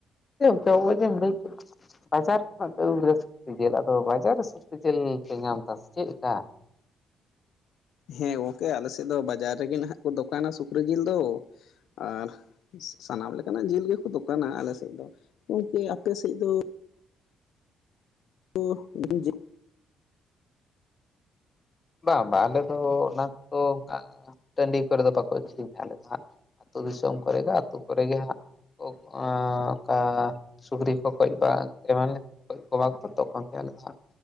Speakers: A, on the left; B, on the left.
A: <unintelligible> ᱵᱟᱡᱟᱨ ᱠᱷᱚᱱᱟᱜ ᱯᱮ ᱟᱹᱜᱩ ᱠᱟᱫᱟ ᱥᱚᱠᱨᱤ ᱡᱤᱞ ᱟᱫᱚ ᱵᱟᱡᱟᱨ ᱨᱮ ᱥᱚᱠᱨᱤ ᱡᱤᱞ ᱯᱮ ᱧᱟᱢ ᱟ ᱥᱮ ᱪᱮᱫᱠᱟ
B: ᱦᱮᱸ ᱜᱚᱢᱠᱮ ᱟᱞᱮ ᱥᱮᱫ ᱫᱚ ᱵᱟᱡᱟᱨ ᱨᱮᱜᱮ ᱱᱟᱦᱟᱜ ᱠᱚ ᱫᱚᱠᱟᱱᱟ ᱥᱩᱠᱨᱤ ᱡᱤᱞ ᱫᱚ ᱟᱨ ᱥᱟᱱᱟᱢ ᱞᱮᱠᱟᱱᱟᱜ ᱡᱤᱞ ᱜᱮᱠᱚ ᱫᱚᱠᱟᱱᱟ ᱟᱞᱮᱥᱮᱫ ᱫᱚ ᱜᱚᱝᱠᱮ ᱟᱯᱮᱥᱮᱫ ᱫᱚ <unintelligible>
A: ᱵᱟᱝ ᱵᱟᱝ ᱟᱞᱮ ᱫᱚ ᱚᱱᱟ ᱠᱚᱫᱚ ᱵᱟᱝ ᱴᱟᱺᱰᱤ ᱠᱚᱨᱮ ᱫᱚ ᱵᱟᱠᱚ ᱟᱹᱠᱷᱨᱤᱧᱟ ᱟᱞᱮ ᱫᱚ ᱦᱟᱸᱜ ᱟᱹᱛᱩ ᱫᱤᱥᱚᱢ ᱠᱚᱨᱮ ᱜᱮ ᱟᱛᱳ ᱠᱚᱨᱮ ᱜᱮ ᱦᱟᱸᱜ ᱠᱚ ᱚᱱᱠᱟ ᱥᱩᱠᱨᱤ ᱠᱚ ᱜᱚᱡ ᱠᱚᱣᱟ ᱟᱨ ᱮᱢᱟ ᱞᱮᱠᱷᱟᱱ ᱜᱚᱡᱽ ᱠᱚᱣᱟ ᱠᱚ ᱛᱚᱠᱷᱚᱱ ᱜᱮ ᱟᱞᱮ ᱞᱮ ᱧᱟᱢᱼᱟ